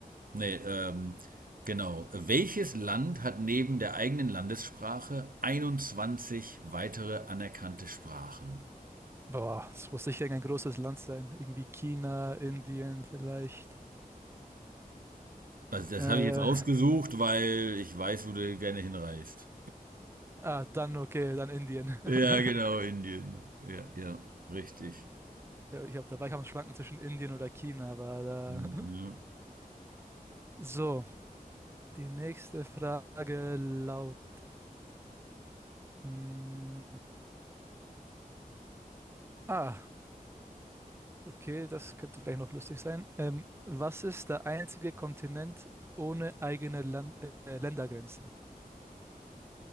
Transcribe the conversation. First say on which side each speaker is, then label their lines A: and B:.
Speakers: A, on the right; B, on the right.
A: nee, ähm, genau. Welches Land hat neben der eigenen Landessprache 21 weitere anerkannte Sprachen?
B: Boah, es muss sicher ein großes Land sein. Irgendwie China, Indien vielleicht.
A: Also das
B: Äh,
A: habe ich jetzt rausgesucht, weil ich weiß, wo du gerne hinreist.
B: ah, dann okay, dann Indien.
A: Ja, genau,
B: <laughs>
A: Indien. Ja, ja, richtig.
B: Ja, ich habe dabei kann man schwanken zwischen Indien oder China, aber da.
A: Mhm.
B: <laughs> So, die nächste Frage lautet. mm, ah, okay, das könnte vielleicht noch lustig sein. Ähm, was ist der einzige Kontinent ohne eigene Land äh, Ländergrenzen?